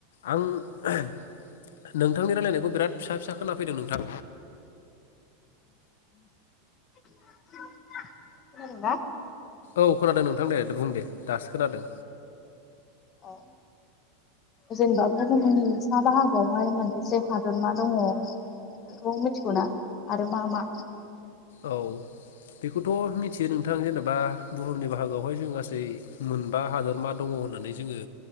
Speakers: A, on the left (about 80°); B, on the left (about 25°).
A: आं नोंथांनि रायलायनायखौ बिराद फिसा फिसा खोना फैदों नोंथां
B: खोनादों ना
A: औ खोनादों नोंथां दे बुं दे दासो खोनादों
B: अ जेनेबा बुहुमनि सा बाहागआवहाय मोनबसे हादर मा दङ बेखौ मिथिगौ ना आरो मा मा
A: औ बेखौथ' मिथियो नोंथां जेनेबा बुहुमनि बाहागोआवहाय जों गासै मोनबा हादोरमा दङ होननानै जोङो